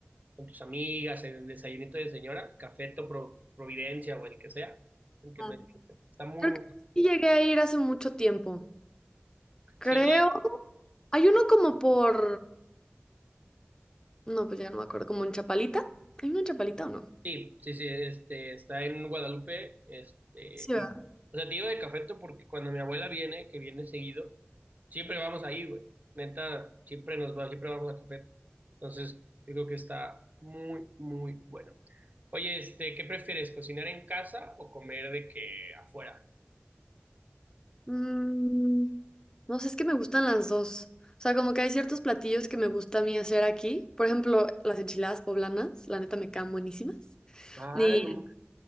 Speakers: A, on the right; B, on the left.
A: con tus amigas, en el desayunito de señora, Cafeto Pro- Providencia o el que sea, el que
B: Ah,
A: no- existe. Está muy,
B: creo
A: muy
B: que
A: bueno.
B: sí llegué a ir hace mucho tiempo. Creo.
A: Es que, güey,
B: Hay uno como por No, pues ya no me acuerdo. ¿Como en Chapalita? ¿Hay una en Chapalita o no?
A: Sí, sí, sí, este, está en Guadalupe, este,
B: Sí,
A: y,
B: va.
A: o sea, te digo de Cafeto porque cuando mi abuela viene, que viene seguido, siempre vamos ahí, güey, neta, siempre nos va, siempre vamos a Cafeto, entonces, yo creo que está muy, muy bueno. Oye, este, ¿qué prefieres, cocinar en casa o comer de que afuera?
B: Mm, no sé, es que me gustan las dos. O sea, como que hay ciertos platillos que me gusta a mí hacer aquí. Por ejemplo, las enchiladas poblanas, la neta me quedan buenísimas.
A: Ah,
B: Ni,
A: no,